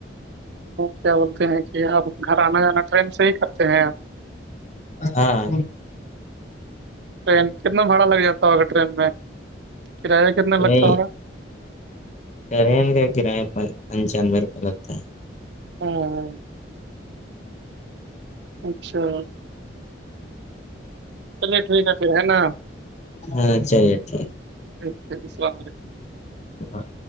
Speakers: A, on the right (about 65°); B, on the left (about 35°).
A: کیا بولتے ہیں کہ آپ گھر آنا جانا ٹرین سے ہی کرتے ہیںپ
B: ہاں
A: ٹرین کتنا بھاڑا لگ جاتا ہو اگر ٹرین میں کرایہ کتنا لگتا
B: وہی
A: ہوگا
B: ٹرین کا کرایہ پنچانوے روپے لگتا ہے
A: ہاں ہاں اچھا چلیے ٹھیک ہے پھر ہے نا
B: ہاں چلیے ٹھیک
A: اچھ السلام علیکم
B: باں